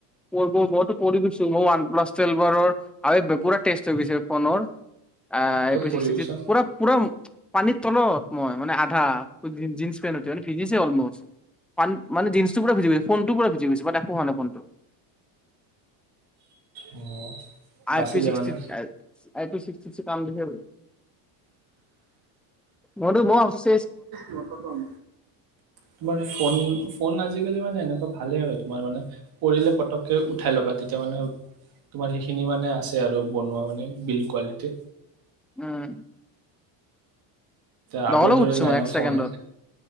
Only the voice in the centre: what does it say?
পৰিব পৰি গৈছো প্লাছ টেম্পাৰৰ আৰু পুৰা টেষ্ট হৈ গৈছে ফোনৰ
এপি
চিংচটি থ্ৰি পুৰা পুৰা পানীৰ তলত মই মানে আধা জিন্চ পেণ্টটো সতি মানে ভিজিছে অলমষ্টান মানে জিনন্টো পুৰা ভিজি গৈছে ফোনটো পুৰা ভিজি গৈছে বাট একো হোৱা নাই ফোনটো
আইপিছিক্সটি
আইপিছিক্সটি কাম দিছে মইতো বৰ অপশেচ
উ'ম
দহলে
উঠছো
মই
এক
ছেকেণ্ডত